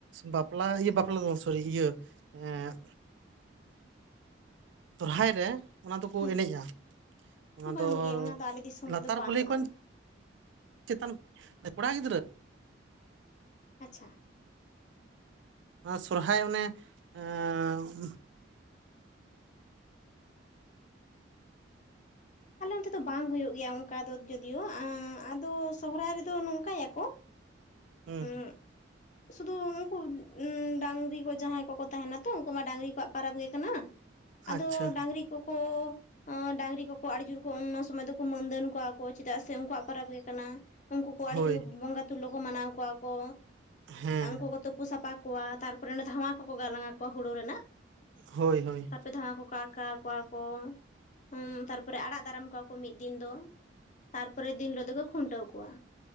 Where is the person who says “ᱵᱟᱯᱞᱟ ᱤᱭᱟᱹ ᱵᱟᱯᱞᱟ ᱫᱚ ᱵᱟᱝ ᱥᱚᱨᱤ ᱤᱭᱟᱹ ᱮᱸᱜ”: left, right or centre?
Right